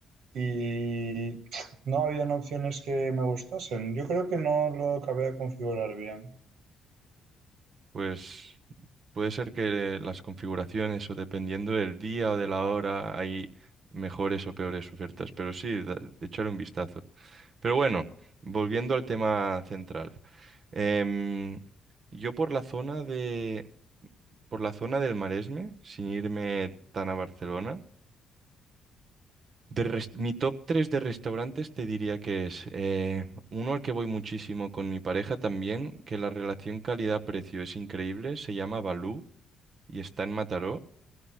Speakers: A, on the right; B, on the right.
A: y <laughs> no habían opciones que me gustasen. Yo creo que no lo acabé de configurar bien.
B: Pues puede ser que las configuraciones o dependiendo del día o de la hora hay mejores o peores ofertas, pero sí, da- de echarle un vistazo. Pero bueno, volviendo al tema central. Em, yo por la zona de, por la zona del Maresme, sin irme tan a Barcelona, de res- mi top 3 de restaurantes te diría que es eh, uno al que voy muchísimo con mi pareja también, que la relación calidad-precio es increíble, se llama Balú y está en Mataró.